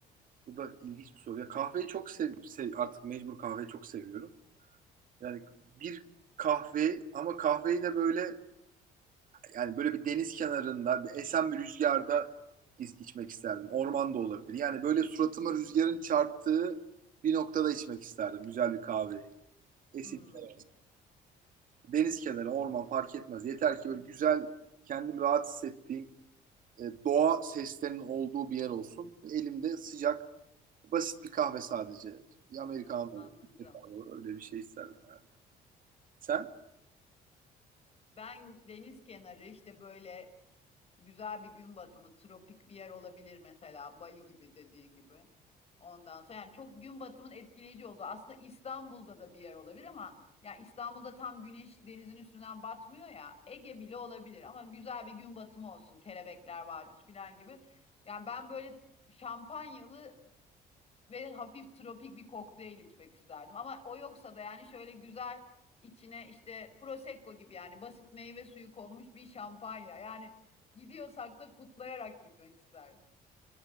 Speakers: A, on the right; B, on the left.
A: bu da ilginç bir soru. Ya kahveyi çok sev, sev- artık mecbur kahveyi çok seviyorum. Yani bir kahve ama kahveyi de böyle yani böyle bir deniz kenarında, bir esen bir rüzgarda iz- içmek isterdim. Orman da olabilir. Yani böyle suratıma rüzgarın çarptığı bir noktada içmek isterdim güzel bir kahveyi. Esintiler.
B: Hmm,
A: deniz kenarı, orman fark etmez. Yeter ki böyle güzel, kendimi rahat hissettiğim e, doğa seslerinin olduğu bir yer olsun. Elimde sıcak, basit bir kahve sadece. Bir Amerikan
B: anladım.
A: olur, bir kahve olur. Öyle bir şey isterdim herhalde. Sen?
B: Ben deniz kenarı işte böyle Güzel bir gün batımı, tropik bir yer olabilir mesela Bali gibi dediğin gibi. Ondan sonra yani çok gün batımının etkileyici olduğu. Aslında İstanbul'da da bir yer olabilir ama ya İstanbul'da tam güneş denizin üstünden batmıyor ya. Ege bile olabilir ama güzel bir gün batımı olsun. Kelebekler Vadisi falan gibi. Yani ben böyle şampanyalı ve hafif tropik bir kokteyl içmek isterdim. Ama o yoksa da yani şöyle güzel içine işte prosecco gibi yani basit meyve suyu konmuş bir şampanya. Yani gidiyorsak da kutlayarak gitmek isterdim.